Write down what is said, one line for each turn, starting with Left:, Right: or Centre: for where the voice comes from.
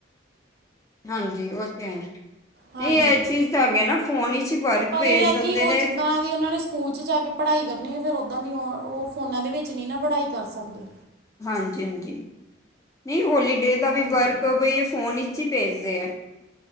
Left: ਹਾਂਜੀ ਉਹ ਤੇ ਹੈ।
Right: ਹਾਂਜੀ
Left: ਇਹ ਚੀਜ਼ ਤਾਂ ਹੈਗੇ ਨਾ ਫੋਨ ਵਿਚ ਵਰਕ
Right: ਪਰ
Left: ਭੇਜ
Right: ਇਹ ਹੈ
Left: ਦਿੰਦੇ
Right: ਕਿ ਉਹ
Left: ਨੇ
Right: ਜਿੱਦਾਂ ਦੀ ਉਹਨਾਂ ਨੇ ਸਕੂਲ ਜਾ ਕੇ ਪੜ੍ਹਾਈ ਕਰਨੀ ਹੈ ਫੇਰ ਓਦਾਂ ਦੀ ਉਹ ਫੋਨਾ ਦੇ ਵਿੱਚ ਨਹੀਂ ਨਾ ਪੜ੍ਹਾਈ ਕਰ ਸਕਦੇ
Left: ਹਾਂਜੀ-ਹਾਂਜੀ। ਨਹੀਂ ਹੋਲੀਡੇ ਦਾ ਵੀ
Right: ਹਾਂਜੀ
Left: ਵਰਕ ਹੋਵੇ ਇਹ ਫ਼ੋਨ ਵਿੱਚ ਹੀ ਭੇਜਦੇ ਹੈ।